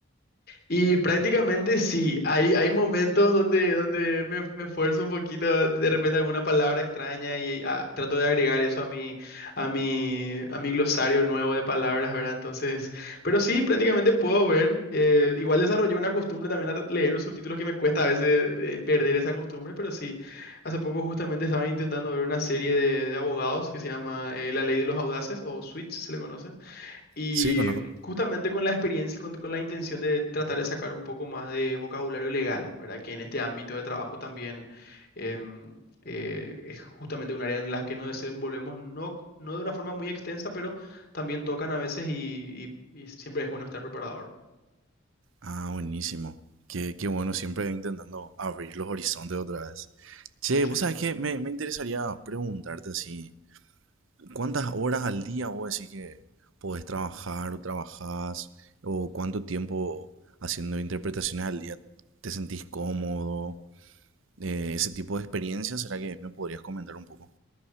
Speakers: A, on the left (about 45°); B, on the right (about 70°).
A: Y prácticamente sí, hay, hay momentos donde, donde me, me esfuerzo un poquito, de repente alguna palabra extraña y ah, trato de agregar eso a mi, a mi, a mi glosario nuevo de palabras, ¿verdad? Entonces, pero sí, prácticamente puedo ver. eh, igual desarrollé una costumbre también a leer los subtítulos que me cuesta a veces eh, perder esa costumbre, pero sí, hace poco justamente estaba intentando ver una serie de, de abogados que se llama eh, La Ley de los Audaces o Switch, se le conoce. Y
B: Sí, conozco.
A: mm, justamente con la experiencia, con, con la intención de tratar de sacar un poco más de vocabulario legal, ¿verdad? Que en este ámbito de trabajo también em, eh, es justamente un área en la que nos desenvolvemos, no, no de una forma muy extensa, pero también tocan a veces y, y- y siempre es bueno estar preparado. ¿verdad?
B: Ah, buenísimo. Qué, qué bueno, siempre intentando abrir los horizontes otra vez. Che,
A: Sí,
B: vos sabés que me, me interesaría preguntarte así, ¿Cuántas horas al día vos decís que podés trabajar o trabajás? ¿O cuánto tiempo haciendo interpretaciones al día te sentís cómodo? Eh, ese tipo de experiencias, ¿será que me podrías comentar un poco?